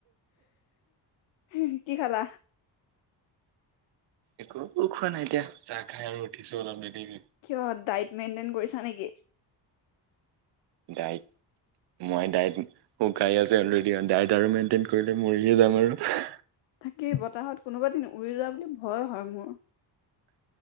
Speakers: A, on the left; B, on the right.
A: হে কি খালা?
B: একো খোৱা নাই এতিয়া চাহ খাই আৰু উঠিছোঁ অলপ দেৰি।
A: কিয় ডাইট মেইনটেইন কৰিছা নেকি?
B: ডাইট। মই ডাইট শুকাই আছো অলৰেডি ডাইট আৰু মেইনটেইন কৰিলে মৰিয়ে যাম আৰু।
A: থাকি বতাহত কোনোবাদিন উৰি যোৱা বুলি ভয় হয় মোৰ।